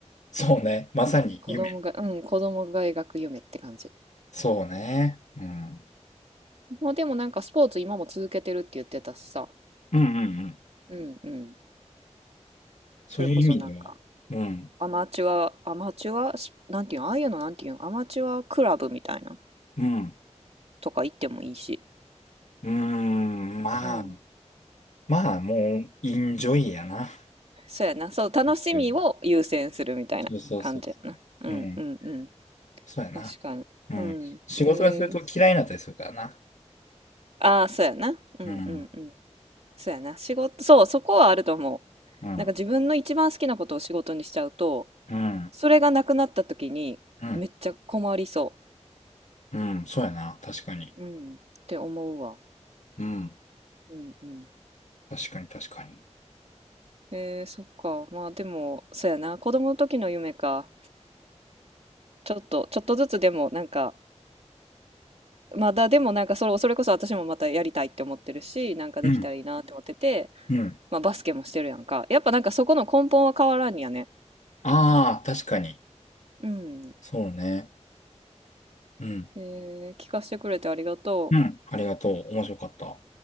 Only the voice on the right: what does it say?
子供が、うん、子供が描く夢って感じ。
まあでもなんかスポーツ今も続けてるって言ってたしさ。
うんうん。
それこそなんか、
アマチュア、アマチュア、スなんていうの、ああいうのなんていうの、アマチュアクラブみたいな
とか行ってもいいし。
うん。
そうやな。そう、楽しみを優先するみたいな感じやな。
うんうんうん。
確かに。
うん。
えーああ、そうやな。うんうんうん。
そうやな。仕事、そう、そこはあると思う。
なんか自分の一番好きなことを仕事にしちゃうと、
それがなくなった時にめっちゃ困りそ
う。うん。って思うわ。
うんうん。
えー、そっか。まあでも、そうやな。子供の時の夢か。ちょっと、ちょっとずつでもなんか、まだでもなんかそれ、それこそ私もまたやりたいって思ってるし、なんかできたらいいなって思ってて、
まあバスケもしてるやんか。やっぱなんかそこの根本は変わらんやね。
うん。
えー、聞かせてくれてありがとう。